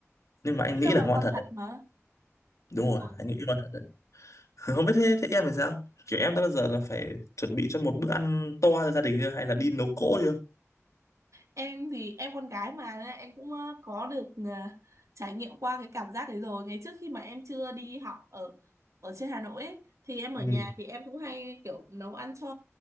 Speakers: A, on the left; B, on the right.
A: nhưng mà anh
B: Biết
A: nghĩ
B: đâu
A: là
B: là
A: ngon
B: ngon
A: thật
B: thật
A: đấy
B: mà. Đúng
A: đúng rồi
B: rồi.
A: anh nghĩ ngon thật đấy <laughs> không biết thế thế em thì sao kiểu em đã bao giờ là phải chuẩn bị cho một bữa ăn to cho gia đình chưa hay là đi nấu cỗ chưa
B: em thì em con gái mà nên em cũng ờ, có được ờ, trải nghiệm qua cái cảm giác đấy rồi ngày trước khi mà em chưa đi học ở ở trên Hà Nội ấy, thì em ở
A: ừ
B: nhà thì em cũng hay kiểu nấu ăn cho